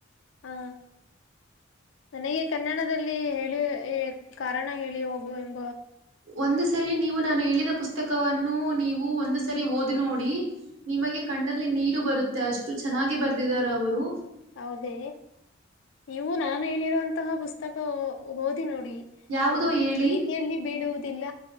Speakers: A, on the left; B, on the right.
A: ಹಾ ನನಗೆ ಕನ್ನಡದಲ್ಲಿ ಹೇಳಿ ಕಾರಣ ಹೇಳಿ ಹೋಗುವೆನು
B: ಒಂದು ಸರಿ ನೀವು ನಾನು ಹೇಳ್ದ್ ಪುಸ್ತಕವನ್ನು ನೀವು ಒಂದು ಸರಿ ಓದಿ ನೋಡಿ ನಿಮಗೆ ಕಣ್ಣಲ್ಲಿ ನೀರು ಬರುತ್ತೆ ಅಷ್ಟು ಚೆನ್ನಾಗಿ ಬರ್ದಿದಿದ್ದಾರೆ ಅವರು
A: ಹೌದೇ ನೀವು ನಾನು ಹೇಳಿರಂತಹ ಪುಸ್ತಕ ಓದ್ ನೋಡಿ
B: ಯಾವುದೋ
A: ನೀವು
B: ಹೇಳಿ
A: ಪ್ರೀತಿಯಲ್ಲಿ ಬೀಳುವುದು ತಿಲ್ಲ.